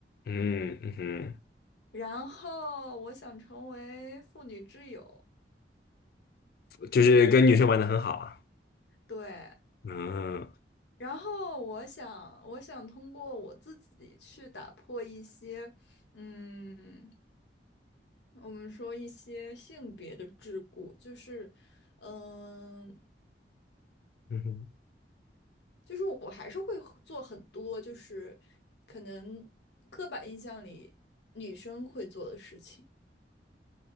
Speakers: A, on the left; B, on the left.
A: 嗯嗯哼，
B: 然后我想成为妇女之友，
A: 就是跟女生玩的很好啊。
B: 对，
A: 嗯
B: 然后我想，我想通过我自己去打破一些，嗯。我们说一些性别的桎梏，就是，嗯，
A: 嗯哼，
B: 就是我还是会很做很多，就是可能刻板印象里女生会做的事情，